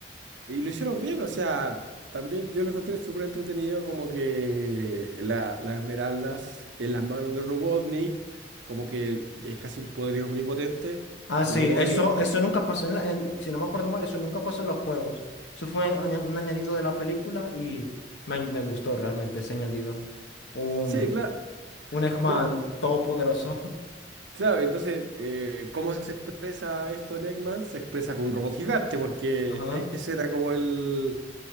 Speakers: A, on the right; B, on the left.
A: Y lo hicieron bien, o sea, también yo lo encontré súper entretenido, como que la- las esmeraldas en las manos de Robotnik, como que es casi un poder omnipotente.
B: Ah, sí,
A: Robotnik,
B: eso, eso nunca pasó en la, en- si no me acuerdo mal, eso nunca pasó en los juegos. Eso fue aña- un añadido de la película y me, me gustó realmente ese añadido. Un,
A: sí, claro,
B: un Eggman
A: claro,
B: todopoderoso. <laughs>
A: claro. Entonces, eh, ¿cómo se expresa esto en Eggman? Se expresa con un robot gigante, porque
B: Ajá.
A: e- ese era como el,